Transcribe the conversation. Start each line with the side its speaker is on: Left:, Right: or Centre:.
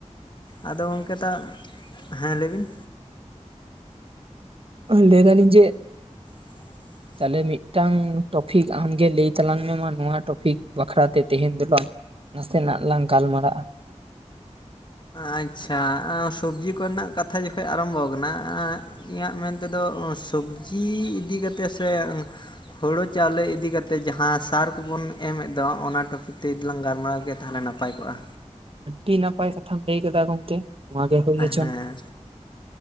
Left: ᱟᱫᱚ ᱜᱚᱝᱠᱮ ᱛᱟᱜ, ᱦᱮᱸ ᱞᱟᱹᱭ ᱵᱤᱱ?
Right: ᱚ ᱞᱟᱹᱭ ᱫᱟᱞᱤᱧ ᱡᱮ
Left: <inaudible>
Right: ᱛᱟᱦᱚᱞᱮ ᱢᱤᱫᱴᱟᱝ ᱴᱚᱯᱷᱤᱠ ᱟᱢᱜᱮ ᱞᱟᱹᱭ ᱛᱟᱞᱟᱝ ᱢᱮ ᱢᱟ ᱱᱚᱣᱟ ᱴᱚᱯᱷᱤᱠ ᱵᱟᱠᱷᱨᱟ ᱛᱮ ᱛᱮᱦᱮᱧ ᱫᱚ ᱞᱟᱝ ᱱᱟᱥᱮ ᱱᱟᱜ ᱞᱟᱝ ᱜᱟᱞᱢᱟᱨᱟᱜ-ᱟ᱾
Left: ᱟᱸᱪᱪᱷᱟ ᱟᱸᱻ ᱥᱚᱵᱽᱡᱤ ᱠᱚᱨᱮ ᱱᱟᱜ ᱠᱟᱛᱷᱟ ᱡᱚᱠᱷᱚᱡ ᱟᱨᱚᱢᱵᱚᱣ ᱠᱟᱱᱟ ᱟᱸᱜ ᱤᱧᱟᱹᱜ ᱢᱮᱱ ᱚᱸᱻᱛᱮᱫᱚ ᱥᱚᱵᱽᱡᱤ ᱤᱫᱤ ᱠᱟᱛᱮᱜ ᱥᱮ ᱚᱸ ᱦᱳᱲᱳ ᱪᱟᱣᱞᱮ ᱤᱫᱤ ᱠᱟᱛᱮᱜ ᱡᱟᱦᱟᱸ ᱥᱟᱨ ᱠᱩᱵᱚᱱ ᱮᱢᱮᱜ ᱫᱚ ᱚᱱᱟ ᱴᱚᱯᱷᱤᱠ ᱛᱮ ᱡᱩᱫᱤ ᱞᱟᱝ ᱜᱟᱞᱢᱟᱨᱟᱣ ᱠᱮᱭᱟ ᱛᱟᱦᱚᱞᱮ ᱱᱟᱯ ᱯᱟᱭ ᱠᱚᱜ-ᱟ᱾
Right: ᱟᱹᱰᱰᱤ ᱱᱟᱯᱟᱭ ᱠᱟᱛᱷᱟᱢ ᱞᱟᱹᱭ ᱠᱮᱫᱟ ᱜᱚᱝᱠᱮ ᱱᱚᱣᱟ ᱜᱮ ᱦᱩᱭ ᱦᱚᱪᱚᱱ᱾
Left: ᱦᱮᱸ